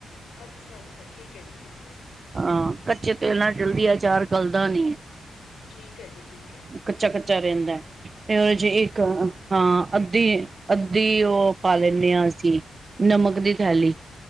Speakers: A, on the left (about 70°); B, on the right (about 25°).
A: ਅੱਛਾ-ਅੱਛਾ, ਠੀਕ ਐ ਜੀ, ਠੀਕ ਐ।
B: ਹਾਂ, ਕੱਚੇ ਤੇਲ ਨਾਲ ਜਲਦੀ ਆਚਾਰ ਗੱਲਦਾ ਨੀਂ।
A: ਠੀਕ ਐ ਜੀ, ਠੀਕ ਐ।
B: ਕੱਚਾ-ਕੱਚਾ ਰੈਂਦਾ, ਤੇ ਓ ਜੇ ਇੱਕ ਹਾਂ, ਅੱਧੀ ਅੱਧੀ ਓ ਪਾ ਲੈਂਨੇ ਆਂ, ਅਸੀਂ ਨਮਕ ਦੀ ਥੈਲੀ।